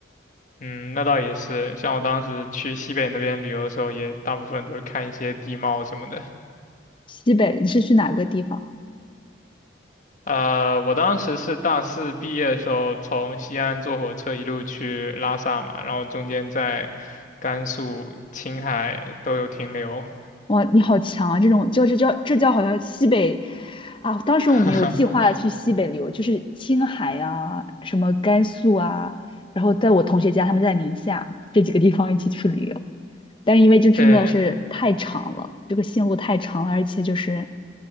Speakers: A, on the left; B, on the left.
A: 嗯，那倒也是。像我当时去西北那边旅游的时候，也大部分都是看一些地貌什么的。
B: 西北，你是去哪个地方？
A: 呃，我当时是大四毕业的时候，从西安坐火车一路去拉萨嘛，然后中间在甘肃、青海都有停留。
B: 哇，你好强啊！这种就是叫这叫好像西北啊，当时我们有计划去西北旅游，
A: <laughs>
B: 就是青海啊，什么甘肃啊，然后在我同学家，他们在宁夏这几个地方一起去旅游，但是因为这真的是太长了，
A: 对，
B: 这个线路太长了，而且就是，